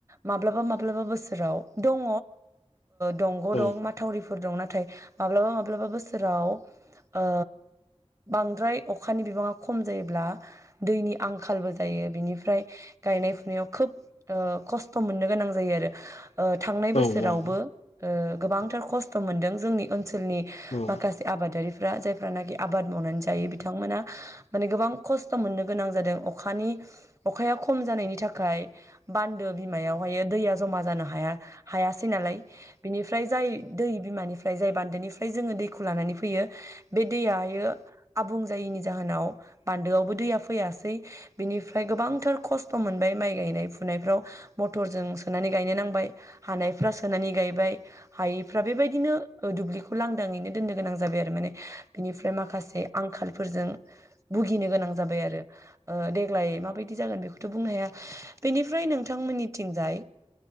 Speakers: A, on the right; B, on the left.
A: माब्लाबा माब्लाबो दङ दंग'
B: औ
A: दं माथावरिफोर दं नाथाय नाथाय माब्लाबा माब्लाबा बोसोराव ओ बांद्राय अखानि बिबाङा खम जायोब्ला दैनि आं आंखालबो जायो बिनिफ्राय गायनाय फुनायाव खोब खस्थ' मोननो गोनां जायो आरो। थांनाय बोसोरावबो
B: औ औ
A: गोबांथार खस्थ' मोनदों जोंनि ओनसोलाव ओनसोलनि
B: औ
A: माखासे आबादारि फोरा जायफोर ना गैया आबाद मावनानै जायो बिथांमोना। माने गोबां खस्थ' मोननो गोनां जादों अखानि अखाया खम जानायनि थाखाय बान्दो बिमायावहाय दैया जमा जानो हाया हायासै नालाय बिनिफ्राय जाय दै बिमानिफ्राय ओमफ्राय जाय बान्दोनिफ्राय जोङो दैखौ लानानै फैयो बे दैयाहायो आबुं जायैनि जाहोनाव बान्दोआवबो दैया फैयासै बिनिफ्राय गोबांथार खस्थ' मोनबाय माइ गायनाय फुनायफ्राव मथरजों सोनानै गायनो नांबाय हानायफ्रा सोनानै गायबाय हायैफ्रा बेबायदिनो ओ दुब्लिखौ लांदाङैनो दोननो गोनां जाबाय आरो माने बिनिफ्राय माखासे आंखाल फोरजों भुगिनो गोनां जाबाय आरो ओ देग्लाय माबायदि जागोन बेखौथ' बुंनो हाया बेनिफ्राय नोंथांमोननिथिंजाय